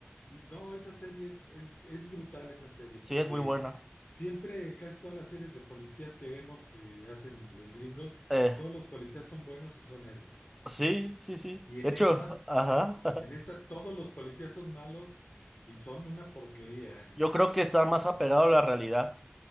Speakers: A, on the left (about 50°); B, in the centre.
A: y no, esa serie es, es, es brutal, esa serie,
B: Sí,
A: porque...
B: es muy buena.
A: Siempre, casi todas las series de policías que vemos que hacen los gringos,
B: Eh,
A: todos los policías son buenos y son héroes.
B: sí, sí, sí.
A: Y
B: De
A: en
B: hecho,
A: esta,
B: ajá. <laughs>
A: en esta todos los policías son malos y son una porquería.
B: Yo creo
A: <laughs>
B: que está más apegado a la realidad,